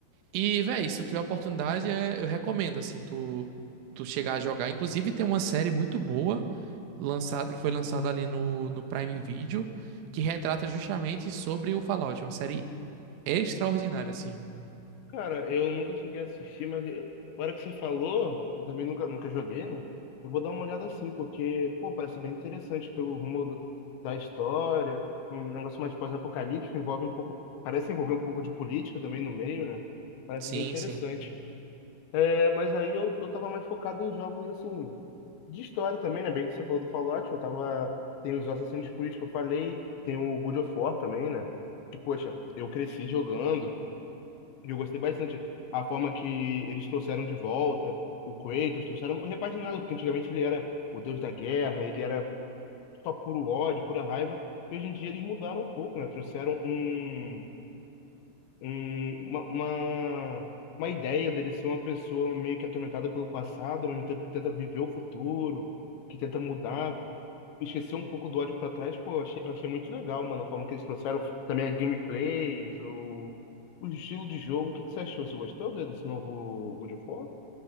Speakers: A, on the right; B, on the left.
A: E, véi, se tu tiver oportunidade, é- eu recomendo, assim, tu, tu chegar a jogar. Inclusive, tem uma série muito boa lançada, que foi lançada ali no, no Prime Video, que retrata justamente sobre o Fallout. É Uma série extraordinária, assim.
B: Cara, eu nunca cheguei a assistir, mas eu- agora que você falou, eu também nunca, nunca joguei, né? Eu vou dar uma olhada assim, porque, pô, parece bem interessante pelo rumo do- da história, um negócio mais pós-apocalíptico, envolve um pouco, parece envolver um pouco de política também no meio, né? Parece
A: Sim,
B: bem interessante.
A: sim.
B: É, mas aí eu, eu tava mais focado em jogos, assim, de história também, né? Bem que você falou do Fallout, eu tava... Tem os Assassin's Creed que eu falei, tem o God of War também, né? Que, poxa, eu cresci jogando, eu gostei bastante. A forma que eles trouxeram de volta o Kratos, trouxeram repaginado, porque antigamente ele era o deus da guerra, ele era só puro ódio, pura raiva. E hoje em dia eles mudaram um pouco, né? Trouxeram um um- uma, uma, uma ideia dele ser uma pessoa meio que atormentada pelo passado, mas que tenta tenta viver o futuro, que tenta mudar, esquecer um pouco do ódio pra trás, pô, eu achei, eu achei muito legal, mano, a forma que eles trouxeram também as gameplays, o, o estilo de jogo. O que que você achou? Você gostou de- desse novo God of War?